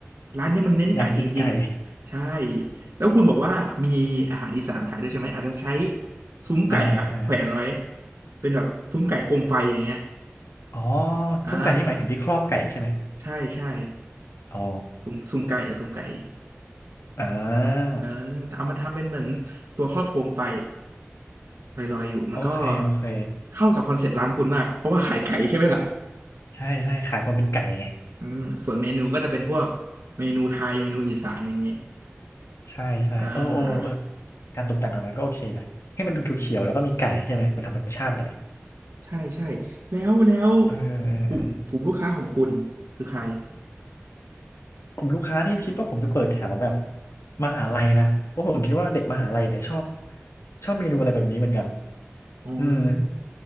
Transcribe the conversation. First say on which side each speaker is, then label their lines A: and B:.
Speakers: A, on the right; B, on the left.
A: ร้านเนี้ยมันเน้นไก่จริงๆใช่
B: อยากกินไก่
A: แล้วคุณบอกว่ามีอาหารอีสานขายด้วยใช่ไหมอาจจะใช้ซุ้มไก่อะแขวนไว้
B: <laughs> อ่าอ่าอ่า
A: เป็นแบบซุ้มไก่โคมไฟอย่างเงี้ย
B: อ๋อ
A: อ่า
B: ซุ้มไก่นี่หมายถึงที่ครอบไก่ใช่ไหม
A: ใช่ใช่
B: อ๋อ
A: ซุ้มซุ้มไก่ซุ้มไก่
B: อ่า
A: เออแต่เอามาทำเป็นเหมือนตัวครอบโคมไฟลอยๆอยู่มันก็
B: โอเคโอเค
A: เข้ากับคอนเซปต์ร้านคุณมากเพราะว่าขายไก่ใช่ไหมล่ะ
B: ใช่ใช่ขายความเป็นไก่ไง
A: อืมอืมส่วนเมนูก็จะเป็นพวกเมนูไทยเมนูอีสานอย่างเงี้ย
B: ใช่ใช่โอ้โอ้เออ
A: อ่า
B: การตกแต่งแบบนั้นก็โอเคนะให้มันดูเขียวๆแล้วก็มีไก่ใช่ไหมเป็นธรรมชาติหน่อย
A: ใช่ใช่แล้วแล้ว
B: เออเออเออ
A: กลุ่มกลุ่มลูกค้าของคุณคือใคร
B: กลุ่มลูกค้านี่คิดว่าผมจะเปิดแถวแบบมหาลัยนะเพราะผมคิดว่าเด็กมหาลัยเนี่ยชอบชอบเมนูอะไรแบบนี้เหมือนกัน
A: อ๋อ
B: อืม